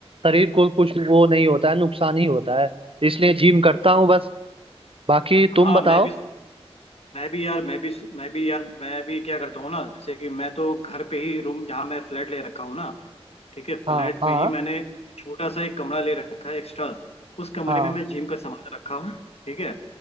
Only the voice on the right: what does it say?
शरीर को कुछ वो नहीं होता है नुकसान ही होता है इसलिए जिम करता हूँ बस बाकी
तुम बताओ
हाँ हाँ
हाँ